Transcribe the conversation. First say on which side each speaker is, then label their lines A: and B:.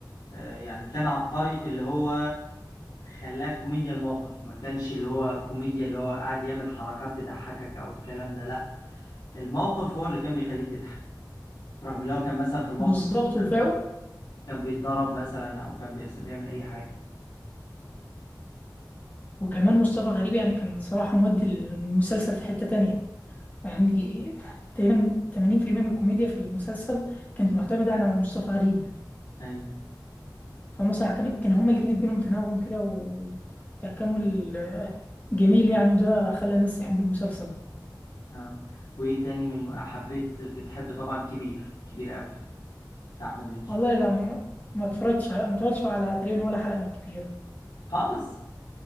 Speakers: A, on the left; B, on the left.
A: آه، يعني كان عبقري في اللي هو خلاه كوميديا الموقف ما كانش اللي هو كوميديا اللي هو قاعد يعمل حركات تضحكك او الكلام ده لا الموقف هو اللي كان بيخليك تضحك رغم اللي هو كان مثلا في الموقف
B: بالظبط
A: ده
B: وفاء
A: كان بيتضرب مثلا او كان بيحس- بيعمل اي حاجة
B: وكمان
A: طب
B: مصطفى غريب يعني كان صراحة مودي المسلسل في حتة تانية يعني <laughs> تقريبا 80% من الكوميديا في المسلسل كانت معتمدة يعني على مصطفى غريب
A: يعني
B: فمسرح كان كان هما الاتنين بينهم تناغم كده وتكامل جميل يعني وده خلى الناس تحب المسلسل
A: اه وايه تاني من حبيت بتحب طبعا كبير كبير قوي بتاع احمد مكي
B: والله لا ما ما اتفرجتش على ما اتفرجتش على تقريبا ولا حلقة من الكبير
A: خالص